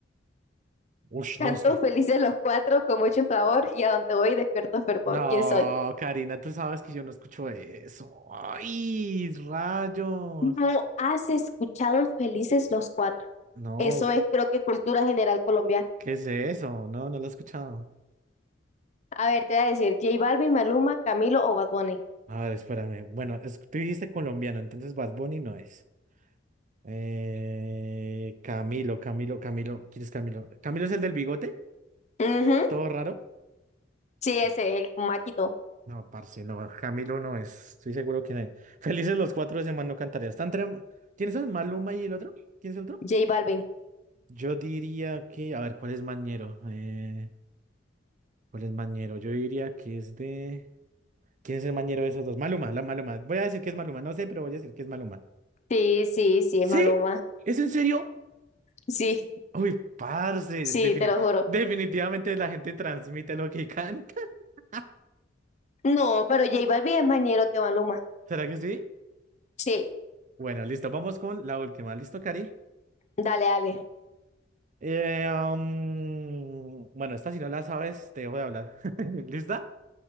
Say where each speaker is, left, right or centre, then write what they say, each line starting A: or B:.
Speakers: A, on the right; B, on the left.
A: Ush,
B: Canto
A: no. es-
B: felices los cuatro con mucho favor y a donde voy despierto fervor.
A: No,
B: ¿Quién soy?
A: Karina, tú sabes que yo no escucho eso. ¡Ay, rayos!
B: No has escuchado Felices los Cuatro.
A: No,
B: Eso es creo que cultura general colombiana.
A: ¿qué es eso? No, no lo he escuchado.
B: A ver, te voy a decir J Balvin, Maluma, Camilo o Bad Bunny.
A: A ver, espérame. Bueno, es- tú dijiste colombiano, entonces Bad Bunny no es. Eh, Camilo, Camilo, Camilo. ¿Quién es Camilo? ¿Camilo es el del bigote?
B: Ujú,
A: ¿Todo raro?
B: Sí, ese,
A: Sí.
B: el maquito.
A: No, parce, no. Camilo no es. Estoy seguro que no. <laughs> Felices los cuatro de semana no cantaría. Están entre... ¿Quiénes son? ¿Maluma y el otro? ¿Quién es el otro?
B: J Balvin.
A: Yo diría que. A ver, ¿cuál es Mañero? Eh, ¿cuál es Mañero? Yo diría que es de. ¿Quién es el Mañero de esos dos? Maluma, la Maluma. Voy a decir que es Maluma. No sé, pero voy a decir que es Maluma.
B: Sí, sí, sí,
A: ¿Sí?
B: es Maluma.
A: ¿Es en serio?
B: Sí,
A: Uy, parce,
B: sí,
A: defini-
B: te lo juro.
A: definitivamente la gente transmite lo que <laughs> canta. <laughs>
B: No, pero J Balvin es más ñero que Maluma.
A: ¿Será que sí?
B: Sí,
A: Bueno, listo. Vamos con la última. ¿Listo, Cari?
B: dale, dale.
A: Eh, um, bueno, esta si no la sabes, te dejo de hablar. <laughs> ¿Lista?